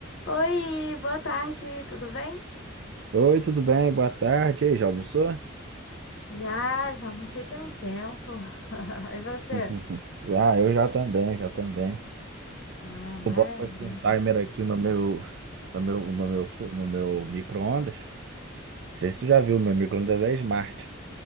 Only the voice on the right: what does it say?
Oi, tudo bem? Boa tarde. E aí, já almoçou?
<laughs> Ah, eu já também, já também.
Eu boto aqui um timer aqui no meu, no meu, no meu, fu- no meu micro-ondas. Não sei se tu já viu, meu micro-ondas é smart.